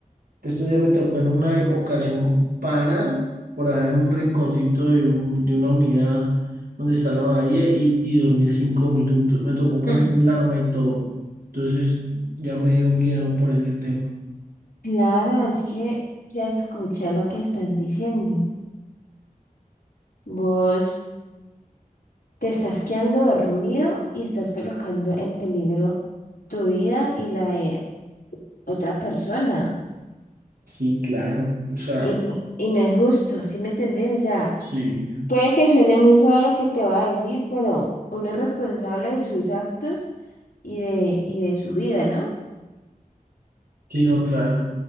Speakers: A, on the right; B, on the left.
A: estos días me tocó en una ocasión parar por allá en un rinconcito de, un- de una unidad donde está la bahía y, y dormir cinco minutos. Me tocó poner
B: Mm.
A: alarma y todo. Entonces ya me dio miedo por ese tema.
B: Claro, es que ya escucha lo que estás diciendo. Vos te estás quedando dormido y estás colocando en peligro tu vida y la de otra persona.
A: Sí, claro. O sea,
B: Y no, y no es justo, ¿sí me entendés? O sea,
A: sí.
B: Puede que suene muy feo lo que te voy a decir, pero uno es responsable de sus actos y de, y de su vida, ¿no?
A: Sí, no, claro.